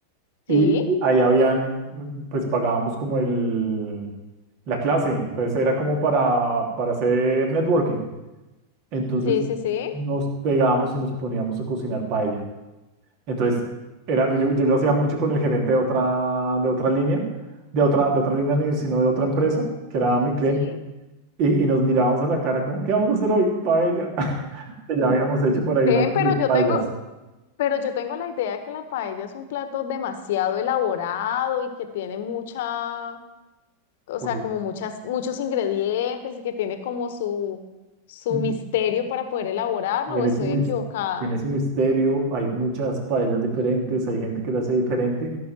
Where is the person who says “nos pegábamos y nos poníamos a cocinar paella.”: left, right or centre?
Right